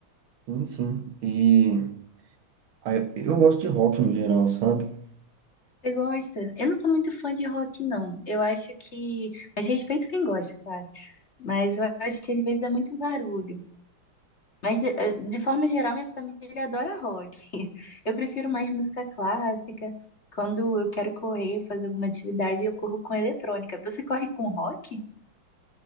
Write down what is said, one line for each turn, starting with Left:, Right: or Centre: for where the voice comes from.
Right: Sim, sim. E Ah, eu eu gosto de rock no geral, sabe?
Left: Você gosta? Eu não sou muito fã de rock, não. Eu acho que. Mas respeito quem gosta, claro. Mas eu acho que às vezes é muito barulho. Mas, de, eh, de forma geral, minha família adora rock. <laughs> Eu prefiro mais música clássica. Quando eu quero correr, fazer alguma atividade, eu corro com eletrônica. Você corre com rock?